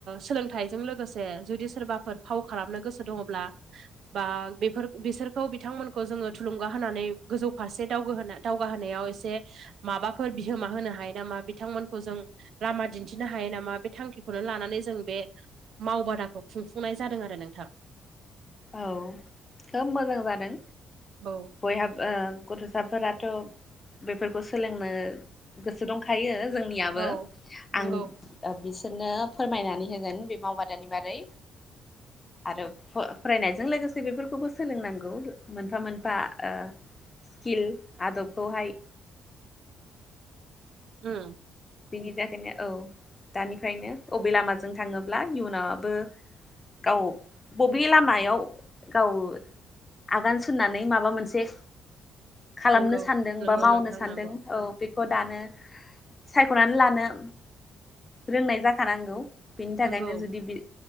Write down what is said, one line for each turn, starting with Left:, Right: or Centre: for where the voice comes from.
Right: सोलोंथाइजों लोगोसे जुदि सोरबाफोर फाव खालामनो गोसो दङब्ला बा बेफोर बिसोरखौ बिथांमोनखौ जोङो थुलुंगा होनानै गोजौ फारसे दावगो होना दावगा होनायाव एसे माबाफोर बिहोमा होनो हायो नामा बिथांमोनखौ जों लामा दिन्थिनो हायो नामा बे थांखिखौनो लानानै जों बे मावबादाखौ खुंफुंनाय जादों आरो नोंथां।
Left: औ खोब मोजां जादों।
Right: औ
Left: बयहा ओ गथ'साफोराथ' बेफोरखौ सोलोंनो गोसो दंखायो जोंनियाबो
Right: औ नंगौ
Left: आं ओ बिसोरनो फोरमायनानै होगोन बे मावबादानि बागै आरो फो फरायनायजों लोगोसे बेफोरखौबो सोलोंनांगौ मोनफा मोनफा ओ किल आदबखौहाय
Right: उम
Left: बिनि थाखायनो औ दानिफ्रायनो अबे लामाजों थाङोब्ला इयुना बो गाव बबे लामायाव गाव आगान सुरनानै माबा मोनसे खालामनो
Right: नंगौ
Left: सान्दों
Right: नंगौ
Left: बा मावनो
Right: नोंथां
Left: सानदों
Right: नंगौ
Left: औ बेखौ दानो सायख'नानै लानो रोंनाय जाखानांगौ बिनि थाखायनो
Right: नंगौ
Left: जुदि बि